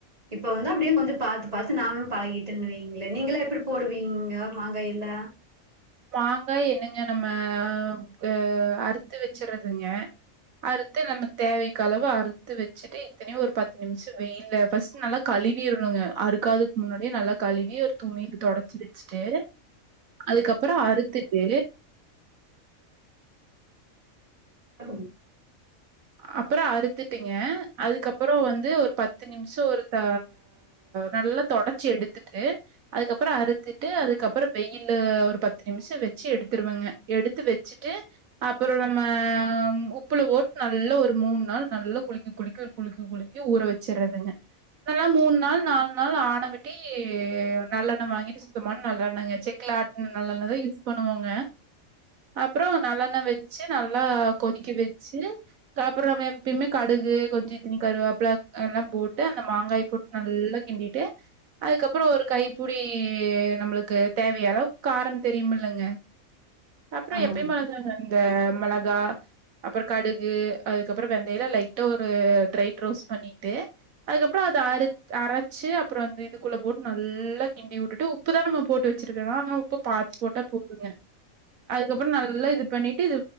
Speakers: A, on the right (about 25°); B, on the right (about 75°).
A: இப்ப வந்து அப்படியே கொஞ்சம் பாாரத்து பார்த்து நானும் பழகிட்டுன்னு வைங்களே நீங்கள எம் எப்படி போடுவீங்க மாங்காய் எல்லாம்
B: மாங்காய் என்னங்க நம்மஹ அஹ் அறுத்து வச்சறதுங்க அறுத்து நம்ம தேவைக்க அளவு அறுத்து வச்சுட்டு இத்தனையோ ஒரு பத்து நிமிஷம் வெயல ஃபஸ்ட் நல்லா கழுவிரணுங்க அறுக்காதுக்கு முன்னாடியே நல்லா கழுவி ஒரு துணி இருக்கு தொடச்சு வச்சுட்டு அதுக்கப்புறம் அப்புறம் அறுத்துட்டு
A: அ
B: அப்புறம் அறுத்துட்டுங்க அதுக்கப்புறம் வந்து ஒரு பத்து நிமிஷம் ஒரு த நல்லா துடைச்சி எடுத்துட்டு அதுக்கப்புறம் அறுத்தட்டு அதுக்கப்புறம் வெயில ஒரு பத்து நிமிஷம் வச்சு எடுத்துடுவங்க எடுத்து வச்சுட்டு அப்புறம் நம்ம உப்புல ஓட நல்ல ஒரு மூணு நாள் நல்ல குளிக்க குளிக்கி குளிக்கி குளிக்கி ஊற வச்சடுறதுங்க நல்லா மூணு நாள் நாலு நாள் ஆனைவிட்டி நல்லெண்ண வாங்கிட்டு சுத்தமான நல்லெண்ணங்க செக்ல ஆ நல்ல பண்ணுவாங்க அப்புறம் நல்ல எண்ண வச்சு நல்லா கொதிக்க வச்சு அ அப்புறம் எப்பயுமே கடுகு கொஞ்சம் இஞ்சி கருவப்பிள்ள எல்லாம் போட்டு அந்த மாங்காய் போட்டு நல்லா கிண்டிட்டு அதுக்கப்புறம் ஒரு கைப்படி நம்மளுக்கு தேவையலவுக்கு காரம் தெரியும்லங்க அப்புறம்
A: ஆமாங்க
B: எப்பயுமாந்தாங்க அந்த மிளகா அப்புறம் கடுகு அதுக்கப்பறம் வெந்தைய ஒரு ட்ரை ரோஸ்டு பண்ணிட்டு அதுக்கப்புறம் அரைச்சு அப்புறம் இதுக்குள்ள போட்டு நல்லா கிண்டி விட்டுட்டு உப்புதான் நம்ம போட்டு வச்சிருக்க ஆனா உப்பு பாார்த்து போட்டா போதுங்க அதுக்கப்புறம் நல்லா இது பண்ணிட்டுது